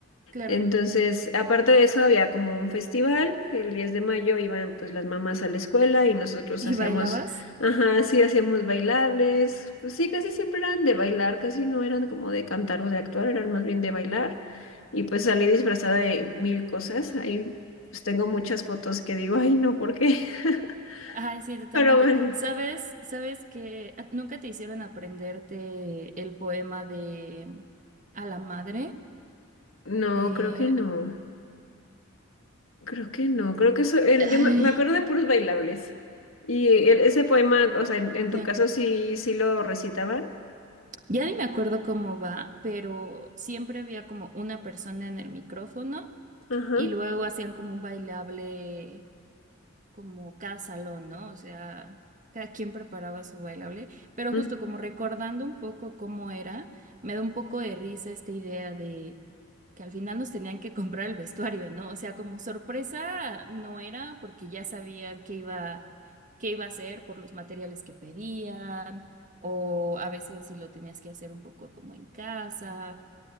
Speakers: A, on the right (about 40°); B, on the left (about 70°).
A: claro.
B: Entonces, aparte de eso, había como un festival, el 10 de mayo iban pues las mamás a la escuela y nosotros
A: ¿Y
B: hacíamos,
A: bailabas?
B: ajá, sí, hacíamos bailables, pues sí, casi siempre eran de bailar, casi no eran como de cantar o de actuar, eran más bien de bailar. Y pues salí disfrazada de mil cosas, ahí pues tengo muchas fotos que digo, ay, no, ¿por qué? <laughs>
A: Ay, sí, totalmente.
B: Pero bueno.
A: ¿Sabes, sabes que a- nunca te hicieron aprenderte el poema de mm, A la madre?
B: No,
A: Eh,
B: creo que no.
A: No.
B: Creo que no. Creo que eso era-
A: ay,
B: yo me, me acuerdo de puros bailables. Y el- ese poema, o sea, en, en tu
A: sí.
B: caso sí, sí lo recitaban.
A: Ya ni me acuerdo cómo va, pero siempre había como una persona en el micrófono
B: Ajá.
A: y luego hacían como un bailable como cada salón, ¿no? O sea, cada quien preparaba su bailable, pero
B: Ujú.
A: justo como recordando un poco cómo era, me da un poco de risa esta idea de que al final nos tenían que comprar el vestuario, ¿no? O sea, como sorpresa no era porque ya sabían qué iba, qué iba a hacer por los materiales que pedían, o a veces si lo tenías que hacer un poco como en casa.